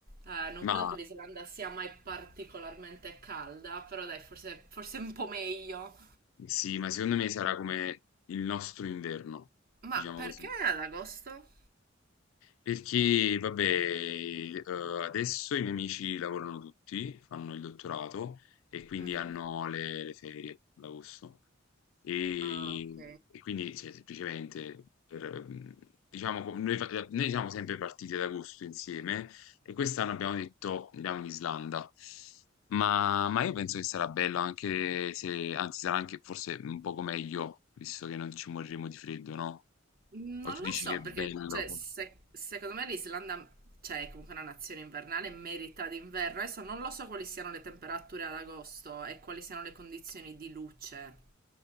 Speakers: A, on the right (about 45°); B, on the left (about 75°).
A: Eh, non
B: ma
A: credo che l'Islanda sia mai particolarmente calda, però dai, forse, forse un po' meglio.
B: sì, ma secondo me sarà come il nostro inverno,
A: Ma
B: diciamo
A: perché
B: così.
A: ad agosto?
B: Perché, vabbè, eh, adesso i miei amici lavorano tutti, fanno il dottorato e quindi
A: Mhm.
B: hanno le, le ferie d'agosto. E,
A: Ah, ok.
B: e quindi, cioè, semplicemente, per, mm, diciamo, com- noi, fa- noi siamo sempre partiti ad agosto insieme e quest'anno abbiamo detto andiamo in Islanda. Ma, ma io penso che sarà bello anche se, anzi, sarà anche forse un poco meglio, visto che non ci moriremo di freddo, no?
A: Non
B: O tu
A: lo
B: dici
A: so,
B: che è bello?
A: perché cioè, se- secondo me l'Islanda, cioè, è comunque una nazione invernale, merita d'inverno. Adesso non lo so quali siano le temperature ad agosto e quali siano le condizioni di luce.